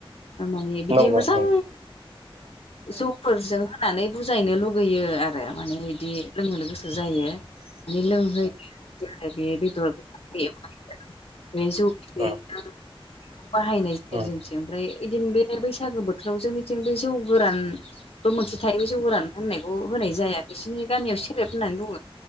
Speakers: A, on the left; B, on the right.
A: थारमाने बिदि
B: नंगौ
A: मोजां
B: औ
A: जौफोरजों होनानै बुजायनो लुगैयो आरो माने इदि लोंहोनो गोसो जायो माने लोंहोयो बिदि आरो बे बेदर खाजि एवनायजों बे जौ बिदैजों
B: औ
A: बाहायनाय जायो
B: नंगौ
A: आरो जोंथिं ओमफ्राय ऐदिन बे बैसागो बोथोराव जोंनिथिं बे जौ गोरान बो मोनसे थायो जौ गोरान होननायखौ होनाय जाया खायसेनि गामियाव सेरेब होननानै बुंङो